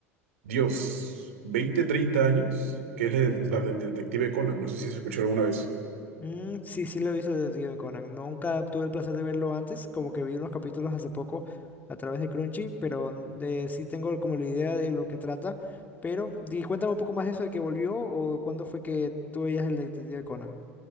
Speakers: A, on the right (about 65°); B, on the left (about 20°).
A: Dios, 20, 30 años, que es el-
B: Mm,
A: la
B: ¿verdad?
A: del detective Conan, no sé si se escuchó alguna vez.
B: Mm, sí, sí lo he visto Detective Conan. Nunca tuve el placer de verlo antes, como que vi unos capítulos hace poco a través de Crunchy, pero mm, eh, sí tengo como la idea de lo que trata. Pero di, cuéntame un poco más eso de que volvió o cuándo fue que tú veías el Detective Conan.